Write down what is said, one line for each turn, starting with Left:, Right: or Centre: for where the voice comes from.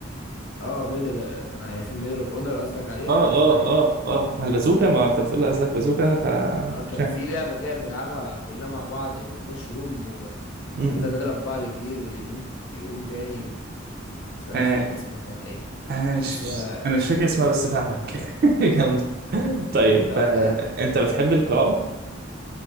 Left: اه ميدل ما هي في ميدل اوف اونر قصدك عليها
Right: اه
Left: دي قصدك
Right: اه
Left: عليها
Right: اه اه ما البازوكا ما انت بتقول قصدك بازوكا ف
Left: اه كان
Right: مش عارف.
Left: في لعبة كده بنلعبها كلنا مع بعض ونخش روم ونفضل
Right: م- م.
Left: نضرب بعض كتير واللي يموت يقوم تاني و... بس انا
Right: آه
Left: مش فاكر اسمها كان ايه
Right: انا مش
Left: بس انا
Right: انا مش فاكر اسمها بس فاهمك <laughs> جامدة طيب
Left: لا
Right: آه
Left: آه،
Right: انت بتحب القراءة؟